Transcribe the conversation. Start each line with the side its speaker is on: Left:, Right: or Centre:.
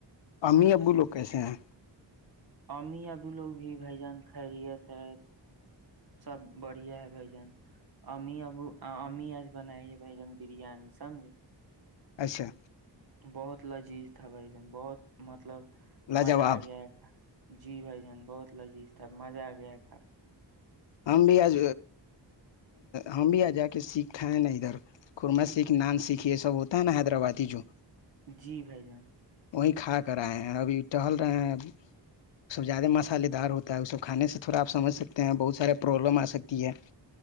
Left: امی ابو لوگ کیسے ہیں
Right: امی ابو لوگ ہیں بھائی جان خیریت ہے سب بڑھیا ہے بھائی جان امی ابو امی اج بنا ہے یہ بھائی جان بریانی سمجھ
Left: اچھا
Right: بہت لذیذ تھا بھائی جان بہت مطلب
Left: لاجواب
Right: مزہ اگیا ہے جی بھائی جان بہت لذیذ تھا مزہ اگیا
Left: ہم بھی اج ہم بھی ا جائے کسی ہیں ادھر کرنا سیکھ نان سیکھ یہ سب ہوتا ہیں حیدرآبادی ہو
Right: جی بھائی جان
Left: اوہی کھا کر ائے ہیں ابھی ڈال رہے ہیں سجاد مصالے دار ہوتا ہے اس کو کھانے سے تھوڑا اپ سمجھ سکتے ہیں بہت سارے پرابلم ا سکتی ہے